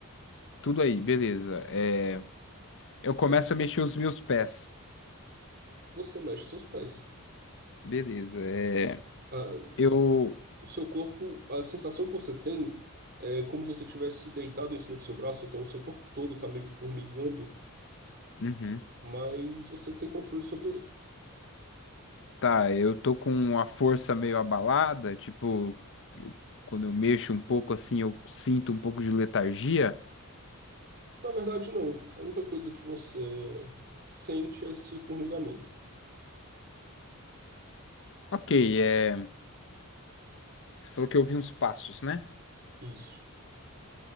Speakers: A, on the left; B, on the right.
A: Tudo aí, beleza. É, eu começo a mexer os meus pés.
B: Você mexe seus pés.
A: Beleza. É,
B: Ah,
A: eu.
B: o seu corpo, a sensação que você tem é como se você tivesse deitado em cima do seu braço, então o seu corpo todo está meio que formigando
A: Uhum.
B: mas você tem controle sobre ele.
A: Tá, eu tô com a força meio abalada, tipo, eu- quando eu mexo um pouco assim, eu sinto um pouco de letargia.
B: Na verdade, não. A única coisa que você sente é esse formigamento.
A: Ok, é, você falou que eu ouvi uns passos, né?
B: Isso.